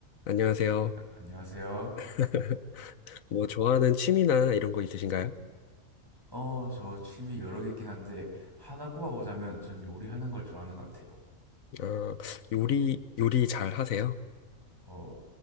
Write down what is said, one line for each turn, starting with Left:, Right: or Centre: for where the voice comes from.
Left: 안녕하세요.
Right: 안녕하세요.
Left: <laughs> 뭐 좋아하는 취미나 이런 거 있으신가요?
Right: 어, 저 취미 여러 개 있긴 한데 하나 꼽아보자면 전 요리하는 걸 좋아하는 것 같아요.
Left: 아, 요리 요리 잘 하세요?
Right: 어,